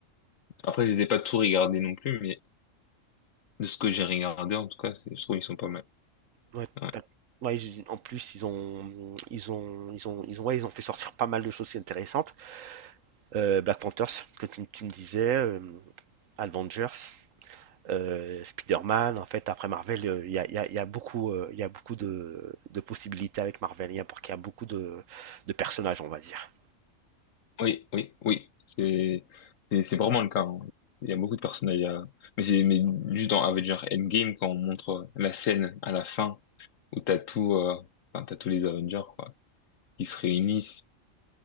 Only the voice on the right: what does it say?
Ouais,
t'as- ouais, ils- en plus ils ont ils ont ils ont ils ont ouais, ils ont fait sortir pas mal de choses intéressantes. Euh, Black Panthers que tu, tu me disais, euh, Avengers, euh, Spider-Man. En fait, après Marvel, euh, il y a, il y a- il y a beaucoup euh, il y a beaucoup de, de possibilités avec Marvel. Il y a pour qu'il y a beaucoup de, de personnages, on va dire.